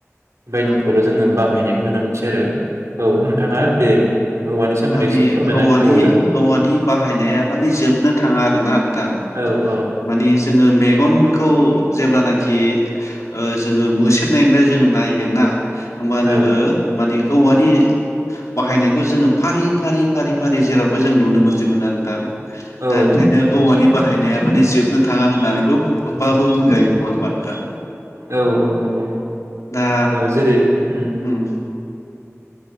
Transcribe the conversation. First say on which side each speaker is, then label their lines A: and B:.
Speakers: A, on the right (about 70°); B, on the left (about 80°).
A: बायदिखौल'
B: औ
A: जोङो बाहायनाय बुंनो नांसै आरो। औ नोंथाङा दे औवानि सोमोन्दै
B: माने
A: एसे फोरमायनानै
B: औवानि
A: होबावदो
B: औवानि बाहायनाया माने जोबनो थाङा आरोना नोंथां
A: औ औ
B: माने जोङो मेगनखौ जेब्लानाखि ओ जोङो मोसेेबनायनिफ्राय जोङो नायगोन ना ओमबा जोङो
A: औ
B: माने औवानि <inaudible> बाहायनायखौ जोङो फारि फारि फारि फारि जेरावबो जों नुनो मोनजोबो ना नोंथां
A: औ
B: दा ओंखायनो औवानि बा बाहायनाया माने जोबनो थाङा होननानै <inaudible> बुंजायो नङा होमबा‌ नोंथां?
A: औ औ नंगौ।
B: दा
A: ओ जेरै ओम।
B: उम